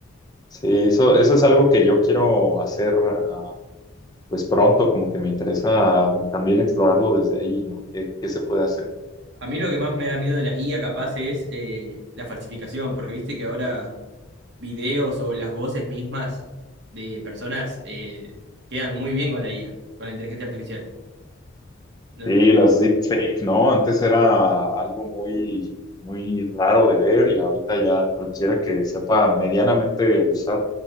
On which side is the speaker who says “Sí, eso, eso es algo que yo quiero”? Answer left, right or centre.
Left